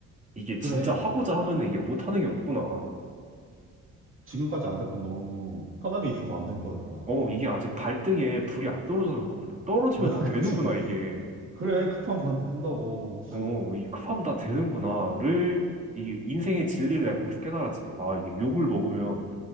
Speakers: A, on the right; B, on the right.
A: 이게 진짜
B: 그래.
A: 하고자 하면은 이게 못하는 게 없구나.
B: 지금까지 안 될 건 너무 편하게 있어서 안된 거였다. 어,
A: 어, 이게 아직 발등에 불이 안 떨어져서 그렇구나. 떨어지면
B: <laughs>
A: 다
B: 그치.
A: 되는구나, 이게.
B: 그래, 급하면 안 된다고.
A: 어, 이 급하면 다 되는구나를 이 인생의 진리를 내가 거기서 깨달았지. 아, 이게 욕을 먹으면